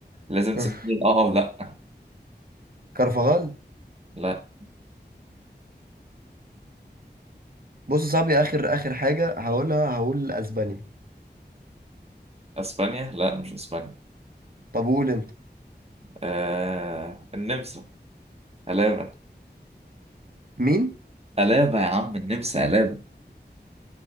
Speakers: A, on the right (about 35°); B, on the right (about 55°).
A: لازم
B: <laughs>
A: تسألني اه او لا
B: كارفاغال
A: لا
B: بص يا صاحبي اخر اخر حاجه هقولها هقول اسبانيا
A: اسبانيا لا مش اسبانيا
B: طب قول انت
A: آه... النمسا قلابة
B: مين؟
A: قلابة يا عم النمسا قلابة